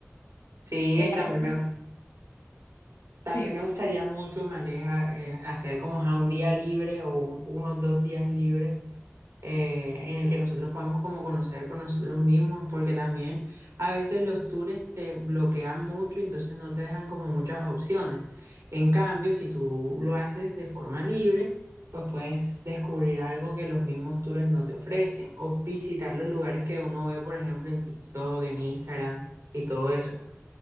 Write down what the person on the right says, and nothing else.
Sí,
y
también me, También
me gustaría mucho, me aleja, eh, hacer como ajá, un día libre o un- unos dos días libres eh, en el que nosotros podamos como conocer por nosotros mismos, porque también a veces los tours te bloquean mucho, entonces no te dejan como muchas opciones. En cambio, si tú lo haces de forma libre, pues puedes descubrir algo que los mismos tours no te ofrecen o visitar los lugares que uno ve, por ejemplo, en TikTok, en Instagram y todo eso.